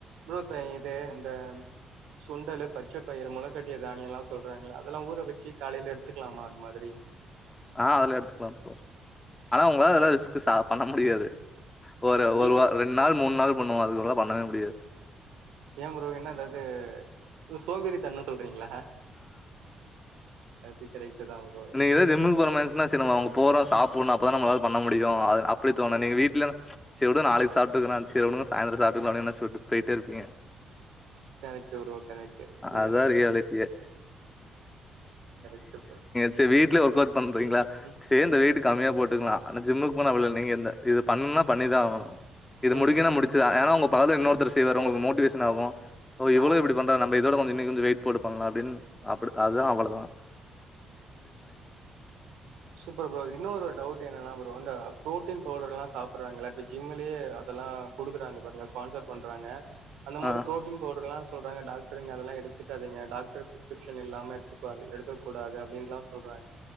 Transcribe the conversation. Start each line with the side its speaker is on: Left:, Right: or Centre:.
Right: ப்ரோ இப்ப இது இந்த சுண்டலு பச்ச பயிறு முளக்கட்டிய தானியல்லா சொல்றாங்கள அதெல்லா ஊற வச்சு காலைல எடுத்துக்கலாமா அது மாதிரி
Left: ஆ அதுலா எடுத்துக்கலா ப்ரோ ஆனா உங்களால ரிஸ்க் சா பண்ண முடியாது ஒரு ஒரு
Right: இல்ல
Left: வார ரெண்டு நாள் மூண் நாள் பண்ணுவோ அதுக்கப்ரோல பண்ணவே முடியாது
Right: ஏன் ப்ரோ என்ன எதாது சோம்பேரி தனோ சொல் றீங்களா அது கரெக்ட் தா ப்ரோ
Left: நீங்கதா
Right: கரெக்ட்
Left: ஜிம்முக்கு
Right: தா
Left: போற மாரிச்சுன்ன சேரி நம்ம அவங்க போறோ சாப்பன்னு அப்போதா நம்மளால பண்ண முடியும் அ இப்டி தோணு நீங்க வீட்ல சேரி வுடுங்க நாளைக்கு சாப்டுக்கர சேரி வுடுங்ங சாயந்ரோ சாப்டுக்கலா அப்டினு நெனச்சு விட்டு போயிட்டே இருப்பீங்க
Right: கரெக்ட் ப்ரோ கரெக்ட் செரியா
Left: அதான்
Right: சொன்னீங்க
Left: ரியாலிட்டி.
Right: கரெக்ட ப்ரோ
Left: சேரி வீட்ல ஒர்க் அவுட் பண்றீங்களா
Right: ம்
Left: சேரி இந்த வீட்டுக் கம்மியா போட்டுக்கலா ஆனா ஜிம்முக்கு போன அப்டில்ல நீங்க இந்த இது பண்ணுன பண்ணிதா ஆகனு இது
Right: ம்
Left: முடிங்கனா
Right: ம்
Left: முடிச்சுதா ஏனா உங் பாத இன்னொருத்தர் செய்வாரு உங்களுக்கு மோட்டிவேஷன் ஆகு ஓ இவளு
Right: ஆ
Left: இப்டி பண்றா நம் இதோட கொஞ்சோ இன்னு கொஞ்சோ வெயிட் போட்டுப்பன்ளா அப்டின்னு அப்டி அதா அவளோதா
Right: சூப்பர் ப்ரோ இன்னொரு டவுட் என்னன்னா ப்ரோ இந்த பு்ரோட்டீன் பவுடர் எல்லாம் சாப்பிடடுறாங்கள இப்போ ஜிம்லயே அதெல்லாம்டுக்குறாங்க பாருங்க ஸ்பான்சர் பண்றாங்க அந்த மாதிரி
Left: ஆ
Right: ப்ரோட்டின் ப்வுடர்லாம் சொல்றாங்க டாக்டர் அதெல்லாம் எடுத்துக்காதீங்க டாக்டர் ப்ரஸ்கிப்ஷன் இல்லாம எடுக்க எடுக்கூடாது அப்டினு சொல்றாங்க